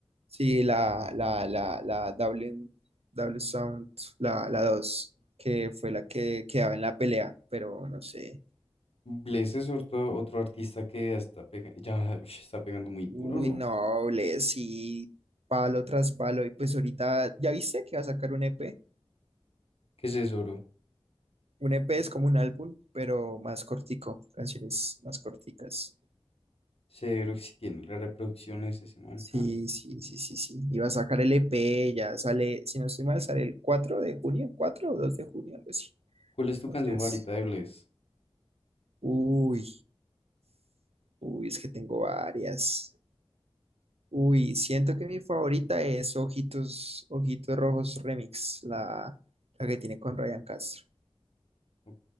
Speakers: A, on the right; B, on the left.
A: Sí, la, la, la, la W, W Sound, la, la 2 que fue la que quedaba en la pelea, pero no sé.
B: Bless es otro, otro artista que ya está, pega- ya, ush, está pegando muy duro,
A: Uy,
B: ¿no?
A: no, sí, palo tras palo. Y pues ahorita, ¿ya viste que va a sacar un EP?
B: ¿Qué es eso, bro?
A: Un EP es como un álbum, pero más cortico, canciones más corticas.
B: Severo que si tiene las reproducciones ese man.
A: Sí,
B: Ah,
A: sí, sí, sí, sí. Y va a sacar el EP, ya sale, si no estoy mal, sale el 4 de junio, 4 o 2 de junio, algo así.
B: ¿cuál es tu
A: Entonces,
B: canción favorita de Bless?
A: uy, uy, es que tengo varias. Uy, siento que mi favorita es Ojitos, Ojitos Rojos Remix, la, la que tiene con Ryan Castro.
B: Ok,